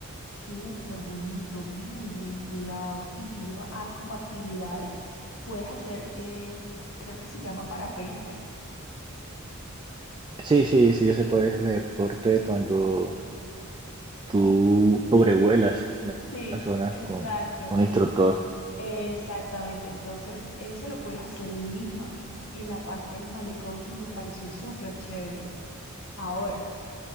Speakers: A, on the left (about 75°); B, on the right (about 20°).
A: súper bonito, muy bien cuidado y tiene va- ah, como actividades, puedes hacer, eh, creo que se llama parapente.
B: Sí, sí, sí, yo sé cuál es ese deporte cuando tú sobrevuelas una
A: Sí,
B: una zona
A: exacto.
B: con un instructor.
A: Exactamente, entonces eso lo puedes hacer en Lima, en la parte del malecón y me pareció súper chévere. Ahora,